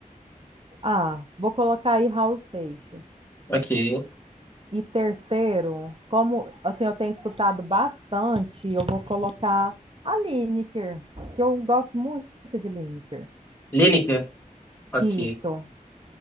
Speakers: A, on the right; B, on the left.
A: ah, vou colocar aí Raul Seixas.
B: ok.
A: E terceiro, como assim eu tenho escutado bastante, eu vou colocar a Lineker, que eu gosto muito de Lineker.
B: Lineker, ok.
A: Isso.